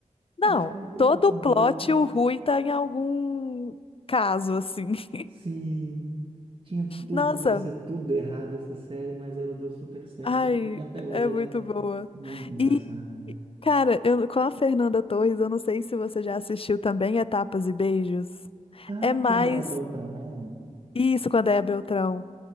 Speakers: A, on the left; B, on the right.
A: Não,
B: Ai, é
A: todo
B: muito bom.
A: plot o Rui tá em algum caso, assim. <laughs>
B: Sim, tinha tudo
A: Nossa,
B: para ser tudo errado essa série, mas ela deu super certo
A: ai,
B: e para mim até hoje
A: é
B: ela
A: muito
B: é
A: boa.
B: muito engraçada.
A: E, cara, eu, com a Fernanda Torres, eu não sei se você já assistiu também Etapas e Beijos.
B: Ah,
A: É mais
B: com André Beltrão,
A: isso com a Déa Beltrão.